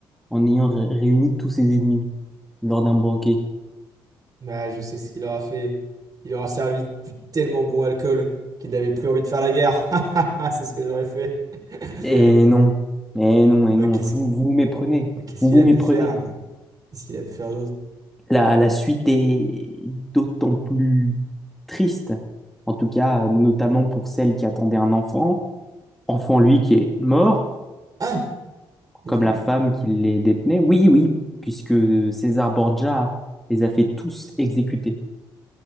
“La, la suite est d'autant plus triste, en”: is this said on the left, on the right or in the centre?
Centre